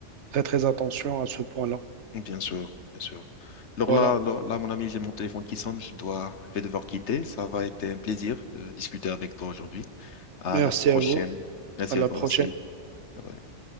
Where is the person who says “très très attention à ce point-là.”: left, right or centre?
Right